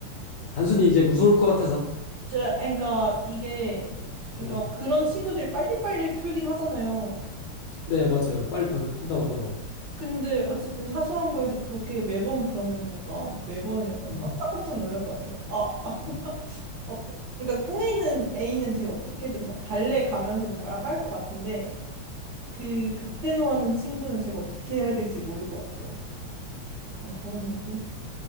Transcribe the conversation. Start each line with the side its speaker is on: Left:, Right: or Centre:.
Left: 단순히 이제 무서울 것 같아서.
Right: 저, 그러니까 이게 그러니까
Left: 음.
Right: 그런 친구들이 빨리빨리 풀긴 하잖아요.
Left: 네, 맞아요. 빨리 빨리 푼다고 하더라고요.
Right: 근데 어쨌든 사소한 거에도 그렇게 매번 그러면 약간 매번 약간
Left: 음.
Right: 깜짝깜짝 놀랄 것 같아요. 아, 아,
Left: 음.
Right: 어, 그러니까 꽁에 있는 애인은 제가 어떻게든 막 달래가면서 뭔가를 할 것 같은데 그 극대노하는 친구는 제가 어떻게 해야 될지 모를 것 같아요. 약간 그런 느낌?